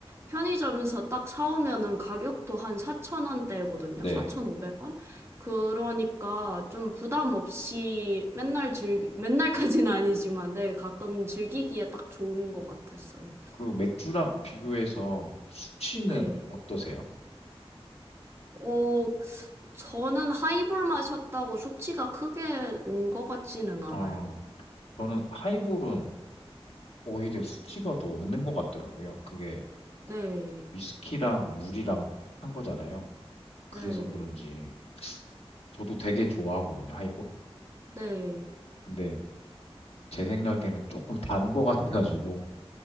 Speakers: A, on the right; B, on the left.
A: 편의점에서 딱 사오면은 가격도 한 4,000원대거든요.
B: 네.
A: 4,500원? 그러니까 좀 부담 없이 맨날 즐기, 맨날까지는 <laughs> 아니지만, 네, 가끔 즐기기에 딱 좋은 것 같았어요.
B: 그 맥주랑 비교해서 수치는
A: 네.
B: 어떠세요?
A: 어, 저는 하이볼 마셨다고 숙취가 크게 온 것 같지는 않아요.
B: 어, 저는 하이볼은 오히려 수치가 더 없는 것 같더라고요. 그게
A: 네.
B: 위스키랑 물이랑 한 거잖아요. 그래서
A: 네네. 네.
B: 그런지 저도 되게 좋아하거든요, 하이볼.
A: 네,
B: 근데 제 생각에는 조금 단 거 같아가지고